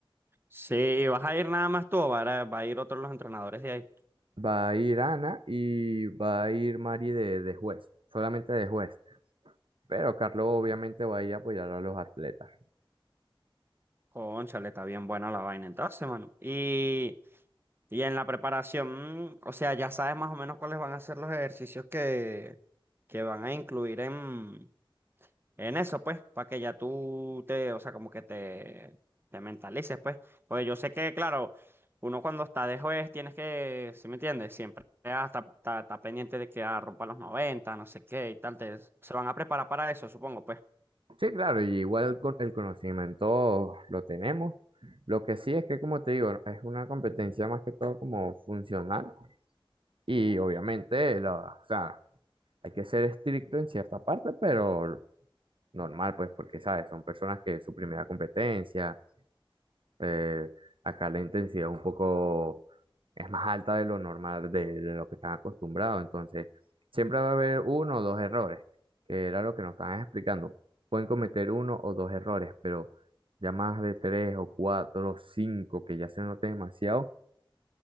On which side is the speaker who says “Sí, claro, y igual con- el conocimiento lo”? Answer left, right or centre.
Right